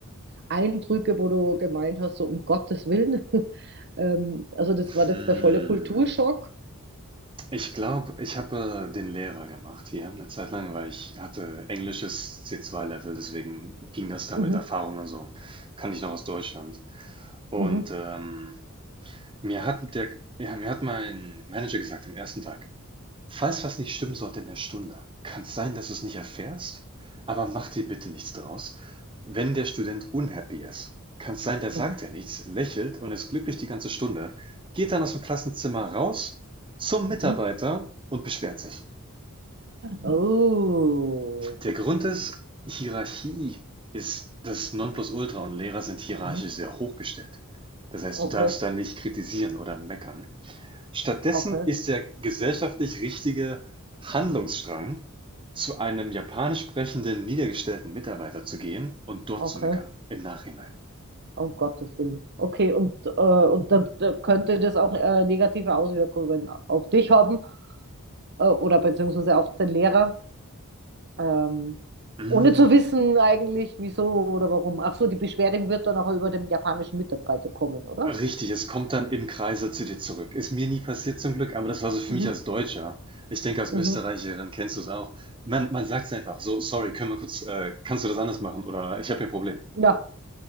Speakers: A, on the right; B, on the right.
A: Eindrücke, wo du gemeint hast, so um Gottes Willen? <laughs> ähm, also das
B: Hm.
A: war jetzt der volle Kulturschock.
B: Ich glaube, ich habe äh, den Lehrer gemacht hier eine Zeit lang, weil ich hatte englisches C2-Level, deswegen ging das da
A: Mhm,
B: mit Erfahrung und so. Kann ich noch aus Deutschland. Und
A: mhm,
B: ähm, Mir hat der, ja, mir hat mein Manager gesagt am ersten Tag, falls was nicht stimmen sollte in der Stunde, kann es sein, dass du es nicht erfährst, aber mach dir bitte nichts draus. Wenn der Student unhappy ist, kann es sein, der sagt
A: mhm,
B: ja nichts, lächelt und ist glücklich die ganze Stunde, geht dann aus dem Klassenzimmer raus zum Mitarbeiter
A: mhm.
B: und beschwert sich.
A: Oh.
B: Der Grund ist, Hierarchie ist das Nonplusultra und Lehrer sind hierarchisch
A: Mhm.
B: sehr hochgestellt. Das heißt,
A: Okay,
B: du darfst da nicht kritisieren oder meckern. Stattdessen
A: okay,
B: ist der gesellschaftlich richtige Handlungsstrang, zu einem japanisch sprechenden, niedergestellten Mitarbeiter zu gehen und dort
A: okay.
B: zu meckern im Nachhinein.
A: Um Gottes Willen. Okay, und, äh, und dann äh, könnte das auch äh, negative Auswirkungen auf dich haben äh, oder beziehungsweise auf den Lehrer, ähm,
B: Hm,
A: ohne zu wissen eigentlich, wieso oder warum. Ach so, die Beschwerde wird dann auch über den japanischen Mitarbeiter kommen, oder?
B: richtig, es kommt dann im Kreise zu dir zurück. Ist mir nie passiert zum Glück, aber das war so für
A: Mhm.
B: mich als Deutscher. Ich denke, als
A: Mhm.
B: Österreicherin kennst du es auch. Man, man sagt es einfach so, sorry, können wir kurz, äh, kannst du das anders machen oder ich habe hier ein Problem.
A: Ja,